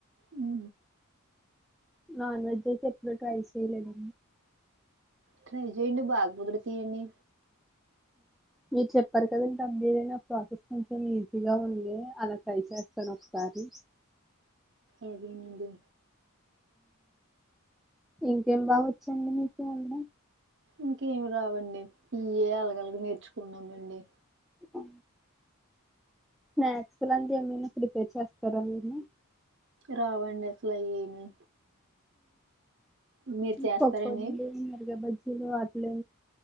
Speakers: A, on the right; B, in the centre.
A: అఓ
B: నాన్ వెజ్ అయితే ఎప్పుడూ ట్రై చేయలేదండి
A: ట్రై చేయండి బా కుదురుతాయండి
B: మీరు చెప్పారు కదండి అప్లీదయినా ప్రాసెస్ కొంచెం ఈజీగా ఉంది అలా ట్రై చేస్తాను ఒకసారి
A: అదేనండి
B: ఇంకేం బాగా వచ్చండి మీకు వండడం
A: ఇంకేమి రావండి ఇయ్యి చెయ్యాలి కదా ఇవే నేర్చుకున్నానండి
B: అ స్నాక్స్ లాంటివి ఏమైనా ప్రిపేర్ చేస్తారా మీరు
A: రావండి అసలు ఏమి మీరు చేస్తారండి
B: పకోడి మిరపకాయ బజ్జి వట్లే